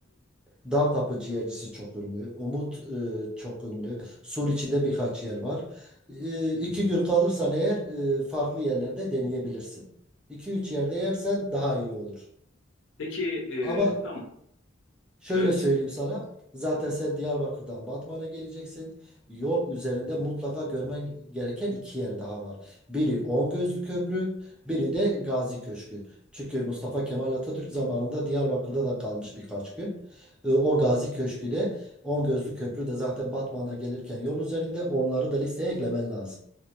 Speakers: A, in the centre; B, on the left.
A: e, Dağ Kapı ciğercisi çok ünlü. Umut e, çok ünlü. Sur içinde birkaç yer var. E, iki gün kalırsan eğer e, farklı yerlerde deneyebilirsin. 2 üç yerde yersen daha iyi olur.
B: Peki e,
A: Ama
B: tamam.
A: Şöyle
B: Evet.
A: söyleyeyim sana. Zaten sen Diyarbakır'dan Batman'a geleceksin. Yol üzerinde mutlaka görmen gereken iki yer daha var. Biri Ongözlü Köprü, biri de Gazi Köşkü. Çünkü Mustafa Kemal Atatürk zamanında Diyarbakır'da da kalmış birkaç gün. E, O Gazi Köşkü de Ongözlü Köprü de zaten Batman'a gelirken yol üzerinde onları da listeye eklemen lazım.